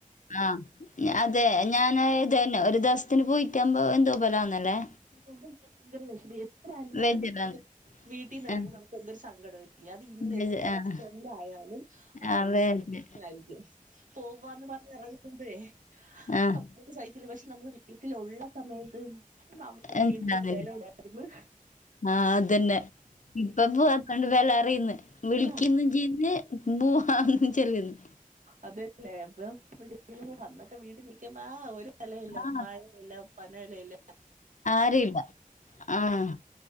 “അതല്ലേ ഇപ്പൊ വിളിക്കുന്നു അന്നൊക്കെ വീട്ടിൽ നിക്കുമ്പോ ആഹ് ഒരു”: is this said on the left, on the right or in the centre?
Right